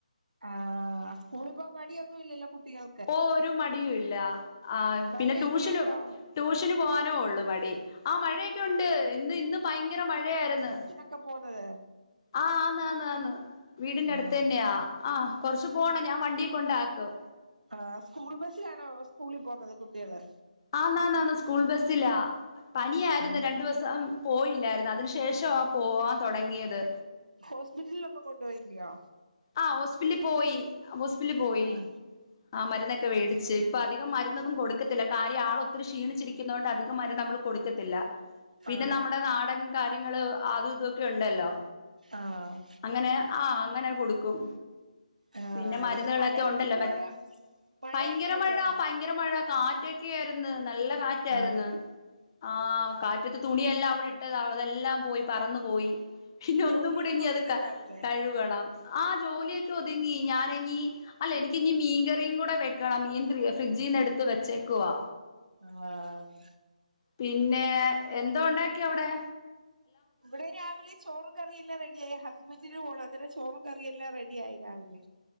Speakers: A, on the right; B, on the left.
A: ആ സ്കൂളിൽ പോവാൻ മടിയൊന്നുഇല്ലല്ലോ കുട്ടികൾ
B: ഓ ഒരു മടിയുമില്ല. ആ
A: മഴയൊക്കെ
B: പിന്നെ ട്യൂഷന്
A: ഉണ്ടോ
B: ട്യൂഷ ഷെന് പോവാനോള്ളു മടി. ആ മഴയൊക്കെയൊണ്ട്. ഇന്ന് ഇന്ന് ഭയങ്കര മഴയാരുന്നു.
A: ഇപ്പ പോന്നത്
B: ആഹ് ആന്നാന്നാന്ന് വീടിന്റെ അടുത്ത്
A: ആ
B: തന്നെയാ. ആ കൊറെച്ചു പോണം. ഞാൻ വണ്ടീ കൊണ്ടാക്കും.
A: ആ സ്കൂൾ ബസ്സിലാണോ സ്കൂളിൽ പോന്നത് കുട്ടികള്?
B: ആന്നാന്നാന്ന് സ്കൂൾ ബസിലാ. പനിയാരുന്നു
A: ആ
B: രണ്ടുവസം. പോയില്ലാരുന്ന്. അതിന് ശേഷവാ പോവാൻ തൊടങ്ങിയത്.
A: ഹോസ്പിറ്റലിലൊന്നും കൊണ്ടുപോയില്യാ.
B: ആ ഹോസ്പില് പോയി. ഹോസ്പിറ്റില് പോയി.
A: ആ
B: ആ മരുന്നൊക്കെ വേടിച്ച്. ഇപ്പ അധിക മരുന്നൊന്നും കൊടുക്കത്തില്ല. കാര്യം ആൾ ഒത്തിരി ക്ഷീണിച്ചിരി ക്കുന്നോണ്ട് അധികം മരുന്ന് നമ്മള് കൊടുക്കത്തില്ല. പിന്നെ
A: ആ
B: നമ്മടെ നാടൻ കാര്യങ്ങള് അതും ഇതൊക്കെയൊണ്ടല്ലോ.
A: ആഹ്
B: അങ്ങനെ ആ അങ്ങനെ കൊടുക്കും.
A: ആ
B: പിന്നെ മരുന്നുകളെക്കെ
A: ഇത് മഴയുണ്ട്
B: ഉണ്ടല്ലോ.
A: ഇപ്പോഴ്
B: മേറ്റ്
A: മഴയൊക്കെ
B: പയങ്കര
A: ഉണ്ടോ
B: മഴ
A: അവിടെ
B: പൈ ങ്കര മഴ. കാറ്റൊക്കെയാരുന്നു നല്ല കാറ്റാരുന്ന്.
A: ആ
B: ആ കാറ്റത്ത് തുണിയെല്ലാം അവെടെയിട്ടതാ. അതെല്ലാം പോയി. പറന്ന് പോയി. പിന്നെ
A: ജോലിയെല്ലാം
B: ഒന്നും കൂടി ഇനി
A: ഒതുങ്ങിയോ
B: അത്
A: രാവിലെ
B: കഴുകണം. ആ ജോലിയൊക്കെ ഒതുങ്ങി. ഞാനിനി. അല്ല എനിക്കിനി മീൻ കറിയും കൂടെ വെക്കെണം. മീൻ ഫ്രിഡ്ജീന്നെടുത്ത് വെച്ചേക്കുവാ.
A: ആഹ്
B: പിന്നെ എന്തോ ഒണ്ടാക്കി അവടെ?
A: ഇവടെ രാവിലെ ചോറ്. കറി എല്ലാം റെഡിയായി. ഹസ്ബൻഡിന് പോണം. അന്നേരം ചോറും കറിയെല്ലാം റെഡിയായി രാവിലെ.